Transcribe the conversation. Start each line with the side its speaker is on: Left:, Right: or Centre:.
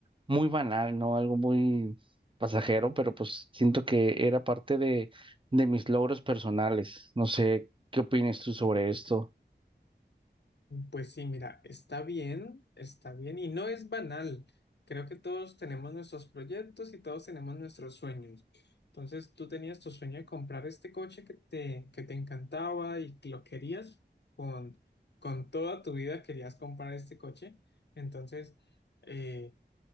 Right: muy banal, ¿no? Algo muy pasajero, pero pues siento que era parte de, de mis logros personales. No sé, ¿qué opinas tú sobre esto?
Left: Pues sí, mira, está bien, está bien y no es banal. Creo que todos tenemos nuestros proyectos y todos tenemos nuestros sueños. Entonces, tú tenías tu sueño de comprar este coche que te, que te encantaba y que lo querías con, con toda tu vida, querías comprar este coche. Entonces, eh,